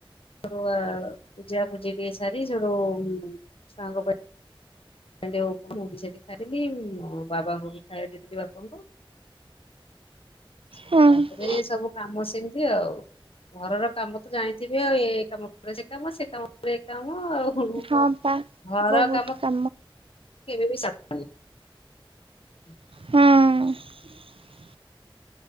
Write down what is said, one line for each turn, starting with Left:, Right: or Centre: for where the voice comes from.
Left: ପୂଜା ପୂଜି ଟିକେ ସାରି ଯୋଉ ସାଙ୍ଗ ପାଇଁ। ସେ ଜଉ ମୁଁ ବି ସେଠି ଖାଇଥିଲି ମୋ ବାବାଙ୍କୁ ବି ଖାଇ ଦେଇଥିଲି ବାପାଙ୍କୁ <inaudible> ସେ
Right: ହୁଁ
Left: ତାପରେ ସବୁ କାମ ସେମିତି ଆଉ ଘରର କାମ ତ ଜାଣିଥିବେ ଆଉ ଏ କାମ ପରେ ସେ କାମ ସେ କାମ ପରେ ଏ କାମ ଆଉ
Right: ହଁ ପା
Left: ଘର
Right: ବହୁତ
Left: କାମ
Right: କ
Left: କେବେ ବି <unintelligible>
Right: ହଁ
Left: <inaudible>